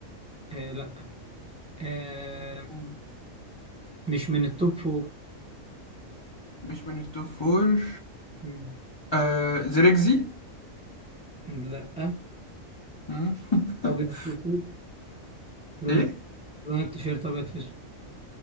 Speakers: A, in the centre; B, on the left (about 30°).
A: آه لا آه
B: مم.
A: مش من التوب فور
B: مش من التوب فور
A: مم.
B: آه زريكزي
A: لا
B: مم. <laughs>
A: ابيض في اسود لون
B: ايه
A: لون التيشيرت ابيض في اسود